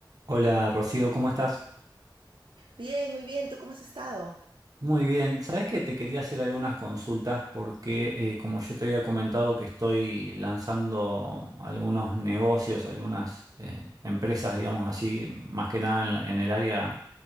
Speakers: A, on the right; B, on the right.
A: Hola Rocío, ¿cómo estás?
B: Bien, muy bien. ¿Tú cómo has estado?
A: Muy bien. Sabes que te quería hacer algunas consultas porque, eh, como yo te había comentado, que estoy lanzando algunos negocios, algunas eh, empresas, digamos así, más que nada en, la- en el área